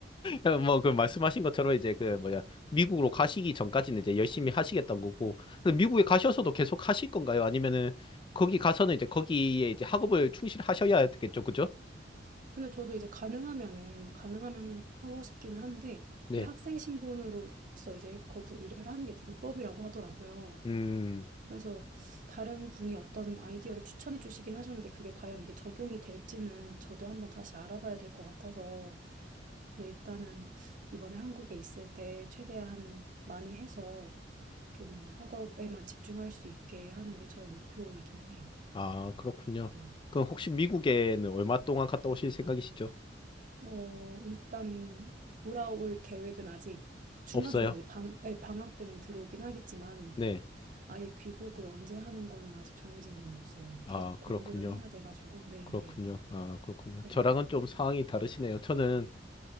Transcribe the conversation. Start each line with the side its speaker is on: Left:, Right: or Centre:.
Left: 어, 뭐, 그 말씀하신 것처럼 이제 그 뭐야, 미국으로 가시기 전까지는 이제 열심히 하시겠다는 거고, 그럼 미국에 가셔서도 계속 하실 건가요? 아니면은 거기 가서는 이제 거기에 이제 학업을 충실하셔야 되겠죠, 그죠?
Right: 근데 저도 이제 가능하면은 가능하면 하고 싶기는 한데
Left: 네.
Right: 이 학생 신분으로서 이제 거기서 일을 하는 게 불법이라고 하더라고요.
Left: 음,
Right: 그래서 다른 분이 어떤 아이디어를 추천해 주시긴 하셨는데 그게 과연 이게 적용이 될지는 저도 한번 다시 알아봐야 될 것 같아서 근데 일단은 이번에 한국에 있을 때 최대한 많이 해서 좀 학업에만 집중할 수 있게 하는 게 저의 목표이기는 해요.
Left: 아, 그렇군요.
Right: 네.
Left: 그럼 혹시 미국에는 얼마 동안 갔다 오실 생각이시죠?
Right: 어, 일단은 돌아올 계획은 아직 중간중간
Left: 없어요.
Right: 이제 방, 예, 방학 때는 들어오긴 하겠지만
Left: 네.
Right: 아예 귀국을 언제 하는 거는 아직 정해진 건 없어요.
Left: 아,
Right: 계속 공부를
Left: 그렇군요.
Right: 해야 돼가지고. 네네.
Left: 그렇군요.
Right: 네.
Left: 아, 그렇군요.
Right: 네.
Left: 저랑은
Right: 네.
Left: 좀 상황이 다르시네요. 저는,